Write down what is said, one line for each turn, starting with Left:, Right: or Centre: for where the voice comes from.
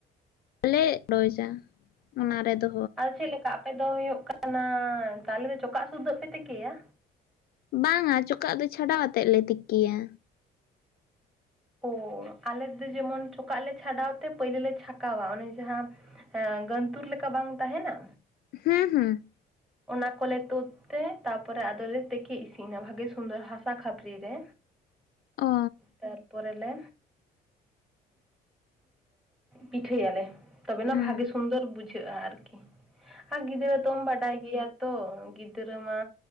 Left: <unintelligible> ᱚᱱᱟ ᱨᱮᱫᱚ
Centre: ᱟᱨ ᱪᱮᱫ ᱞᱮᱠᱟ ᱟᱯᱮ ᱫᱚ ᱦᱩᱭᱩᱜ ᱠᱟᱱᱟ ᱛᱟᱞᱮ ᱫᱚ ᱪᱚᱠᱟᱜ ᱥᱩᱫᱽᱫᱟᱹᱜ ᱯᱮ ᱛᱤᱠᱭᱟ?
Left: ᱵᱟᱝᱼᱟ ᱪᱚᱠᱟᱜ ᱫᱚ ᱪᱷᱟᱰᱟᱣ ᱟᱛᱮᱫ ᱞᱮ ᱛᱤᱠᱤᱭᱟ᱾
Centre: ᱚ ᱟᱞᱮ ᱫᱚ ᱡᱮᱢᱚᱱ ᱪᱚᱠᱟᱜ ᱞᱮ ᱪᱷᱟᱰᱟᱣ ᱛᱮ ᱯᱳᱭᱞᱳ ᱞᱮ ᱪᱷᱟᱠᱟᱣᱟ ᱚᱱᱮ ᱡᱟᱦᱟᱸ ᱮᱸ ᱜᱚᱱᱛᱩᱨ ᱞᱮᱠᱟ ᱵᱟᱝ ᱛᱟᱦᱮᱱᱟ,
Left: ᱦᱮᱸ ᱦᱮᱸ
Centre: ᱚᱱᱟ ᱠᱚᱞᱮ ᱛᱩᱫ ᱛᱮ ᱛᱟᱯᱚᱨᱮ ᱟᱫᱚᱞᱮ ᱛᱮᱠᱤ ᱤᱥᱤᱱᱟ ᱵᱷᱟᱜᱤ ᱥᱩᱱᱫᱚᱨ ᱦᱟᱥᱟ ᱠᱷᱟᱯᱟᱹᱨᱤ ᱨᱮ,
Left: ᱚ
Centre: ᱛᱟᱨᱯᱚᱨᱮ ᱞᱮ ᱯᱤᱴᱷᱟᱹᱭᱟᱞᱮ᱾ ᱛᱚᱵᱮᱱᱟ
Left: ᱦᱩᱸ
Centre: ᱵᱷᱟᱜᱮ ᱥᱩᱱᱫᱚᱨ ᱵᱩᱡᱷᱟᱹᱜᱼᱟ ᱟᱨᱠᱤ᱾ ᱟᱨ ᱜᱤᱫᱽᱨᱟᱹ ᱛᱚᱢ ᱵᱟᱰᱟᱭ ᱜᱮᱭᱟ ᱛᱚ ᱜᱤᱫᱽᱨᱟᱹ ᱢᱟ